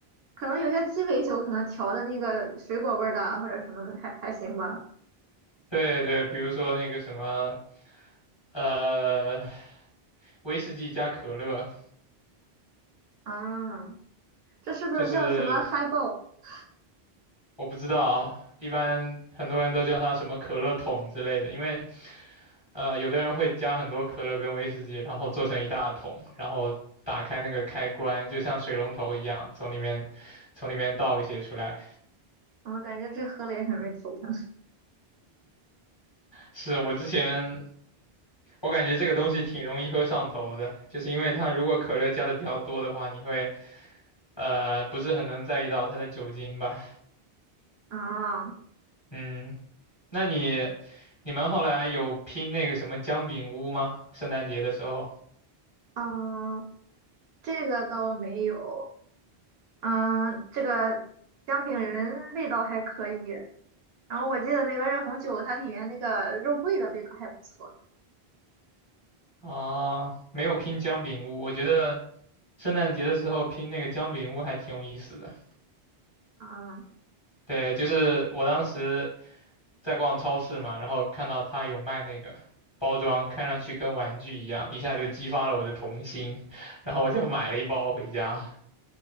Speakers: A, on the right; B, on the left.
A: 可能有些鸡尾酒可能调的那个水果味儿的啊或者什么的还还行吧。
B: <laughs> 对对，比如说那个什么呃，威士忌加可乐，
A: 啊。这是不是叫什么嗨爆？
B: 就是
A: g
B: 我不知道啊，一般很多人都叫它什么可乐桶之类的，因为呃，有的人会加很多可乐跟威士忌，然后做成一大桶，然后打开那个开关，就像水龙头一样，从里面从里面倒一些出来。
A: 啊，感觉这喝了也很容易头疼
B: 是我之前。我感觉这个东西挺容易喝上头的，就是因为它如果可乐加的比较多的话，你会呃不是很能在意到它的酒精吧？
A: 啊。
B: 嗯，那你你们后来有拼那个什么姜饼屋吗？圣诞节的时候
A: 嗯，这个倒没有。嗯，这个姜饼人味道还可以。然后我记得那个热红酒，它里面那个肉桂的味道还不错。
B: 啊，没有拼姜饼屋。我觉得圣诞节的时候拼那个姜饼屋还挺有意思的。
A: 嗯，
B: 对，就是我当时在逛超市嘛，然后看到他有卖那个包装，看上去跟玩具一样，一下就激发了我的童心，然后我就买了一包回家。